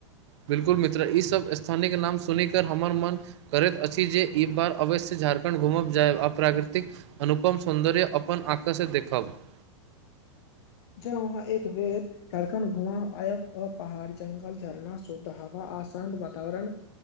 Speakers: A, on the right; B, on the left.
A: बिल्कुल मित्र ई सभ स्थानक नाम सुन कऽ हमर मन करैत अछि जे ई बार अवश्य झारखण्ड घूमब जायब अप्राकृतिक अनुपम सौंन्दर्य अपन आँख से देखब <inaudible>
B: जह वहाँ एक बेर झारखण्ड घुमा आयब आ पहाड़ जंगल झरना शुद्ध हवा आ आसान्त वातावरण